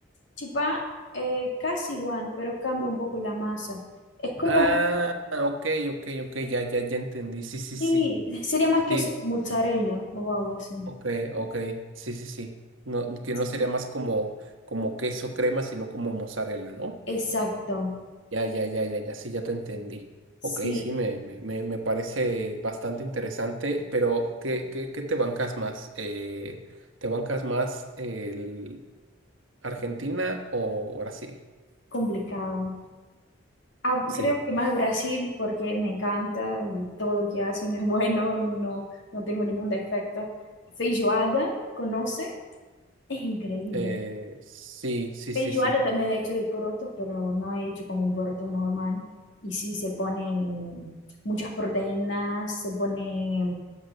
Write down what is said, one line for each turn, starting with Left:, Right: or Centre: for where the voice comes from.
Left: Chipá eh, casi igual, pero cambia un poco la masa. Es como,
Right: Ah, ok, ok, ok, ya, ya, ya entendí. Sí, sí,
Left: sí,
Right: sí.
Left: sería más queso
Right: Sí,
Left: con mozzarella o algo así.
Right: ok, ok. Sí, sí, sí. No, que
Left: Sí.
Right: no sería más como, como queso crema, sino como mozzarella, ¿no?
Left: Exacto,
Right: Ya, ya, ya, ya, ya, sí, ya te entendí.
Left: sí,
Right: Ok, sí, me, me, me, me parece bastante interesante, pero ¿qué, qué, qué te bancas más? Eh, ¿te bancas más el Argentina o Brasil?
Left: complicado. Ah,
Right: Sí,
Left: creo que más Brasil porque me encanta y todo lo que hacen es <laughs> bueno, no, no tengo ningún defecto. Feijoada, ¿conoce? Es increíble.
Right: eh, sí, sí,
Left: Feijoada
Right: sí, sí.
Left: también he hecho de porotos, pero no he hecho como un poroto normal. Y sí, se ponen muchas proteínas, se pone